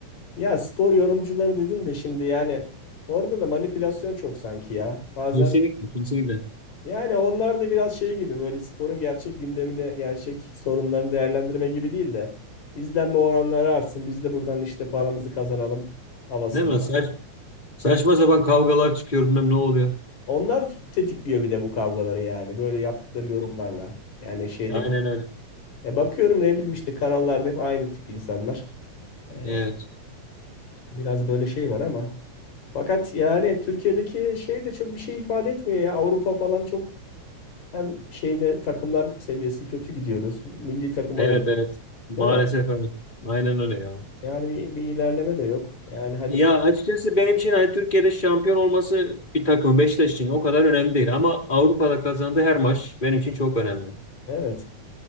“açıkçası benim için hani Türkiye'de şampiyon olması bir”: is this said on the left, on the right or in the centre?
Left